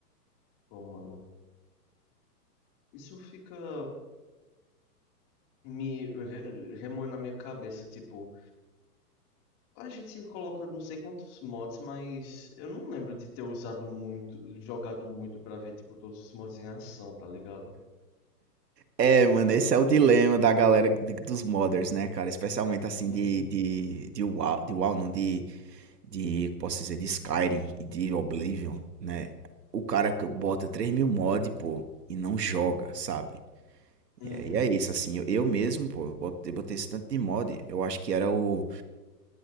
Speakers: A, on the left; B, on the right.
A: Pô, mano. Isso fica me re- remoi na minha cabeça, tipo, a gente coloca não sei quantos mods, mas eu não lembro de ter usado muito, jogado muito pra ver, tipo, todos os mods em ação, tá ligado?
B: É, mano, esse é o dilema da galera de- dos modders, né, cara? Especialmente assim
A: Uhum.
B: de, de, de WoW, de WoW, não, de, de, posso dizer, de Skyrim e de Oblivion, né? O cara que bota 3 mil mods pô, e não joga, sabe?
A: Uhum.
B: E é, e é isso, assim, eu, eu mesmo, pô, eu botei, botei esse tanto de mod, eu acho que era o